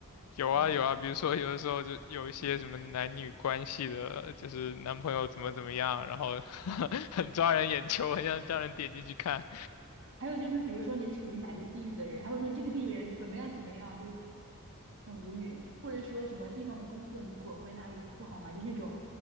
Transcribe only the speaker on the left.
有啊有啊，
比如说有的时候就有一些什么男女关系的，就是男朋友怎么怎么样，然后 <laughs> 很抓人眼球，很想叫人点进去看